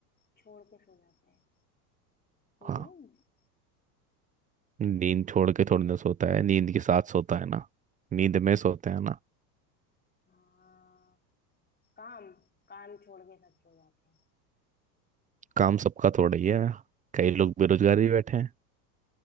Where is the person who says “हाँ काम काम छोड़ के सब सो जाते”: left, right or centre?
Left